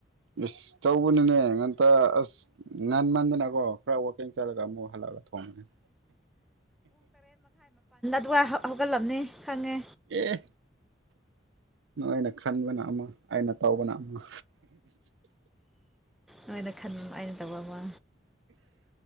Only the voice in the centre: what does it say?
ꯑꯗꯨꯒ ꯍꯧꯒꯠꯂꯝꯕꯅꯤ ꯈꯪꯉꯦ
ꯑꯣꯏ ꯈꯥ ꯑꯅ ꯇꯧꯕꯕꯥ